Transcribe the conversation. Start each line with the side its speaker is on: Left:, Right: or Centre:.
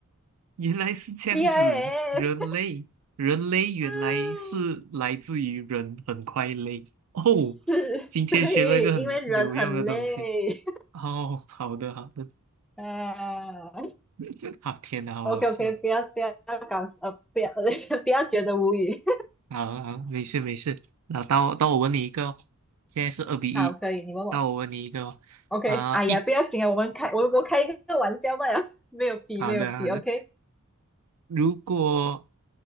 Right: 原来是这样子。
Centre: 厉害
Right: 人类，
Centre: 诶，
Right: 人类原来是来自于人很快乐。
Centre: 嗯，
Right: 哦，
Centre: 是对，
Right: 今天学了一个很有用的东西。
Centre: 因为人很累。
Right: 哦，好的好的，
Centre: 呃
Right: <laughs> 好天哪，好好笑。
Centre: ，OK OK，不要不要搞呃，不要 <laughs> 不要觉得无语。
Right: 好好，没事没事。那到到我问你一个哦，现在是二比一。
Centre: <laughs> 好，可以，你问我。
Right: 到我问你一个哦，
Centre: OK，
Right: 啊、
Centre: 哎呀，
Right: 一
Centre: 不要紧啊，我们开我我开一个玩笑嘛了，<laughs> 没有比没有比。
Right: 好的好的。
Centre: OK，
Right: 如果